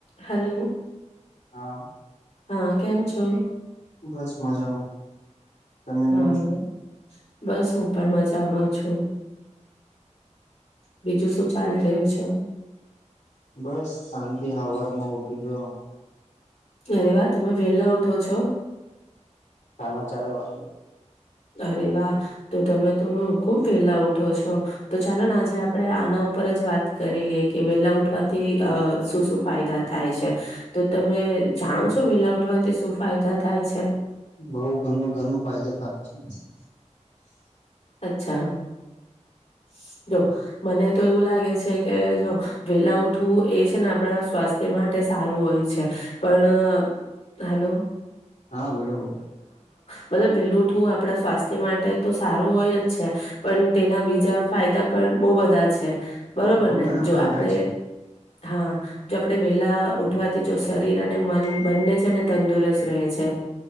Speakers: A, on the left; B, on the left.
A: હલો.
B: હા
A: હા કેમ છો.
B: બસ મજામાં. તમે
A: હા
B: કેમ છો
A: બસ હું પણ મજામાં છું બીજું શું ચાલી રહ્યું છે.
B: બસ શાંતિ હવાર. હ ઓકે ગ <inaudible>
A: અરે વા તમે વેલા ઉઠો છો.
B: સાર ચાર વાું.
A: અરે વાહ તો તમે તો ખુબ વેલા ઉઠો છો તો ચાલો ને આજે આપણે આના ઉપર જ વાત કરી લઈએ કે વેલા ઉઠવાથી અ શું શું ફાયદા થાય છે. તો તમે જાણો છો વેલા ઉઠવાથી શું ફાયદા થાય છે.
B: બઉ ઘણું ઘણું <inaudible>
A: અચ્છા. <inaudible> મને તો એવું લાગે છે. કે જો વેલા ઉઠવું એ છે ને આપણા સ્વાસ્થ્ય માટે સારું હોય છે પણ હાલો
B: હા બોલો બોલો.
A: મતલબ વેલોુંઠું આપણા સ્વાસ્થ તે માટે તો સારું છે પણ તેના બીજા ફાયદા પણ બહ બધા છે બરોબર
B: બઉ
A: ને
B: ઘણા
A: જો
B: ફાયદા
A: આપડે
B: છે
A: હા જો આપણે વેલા ઉઠવાથી જો શરીર અને મન બંને છે અનેને તંદુરસ્ત રહે છે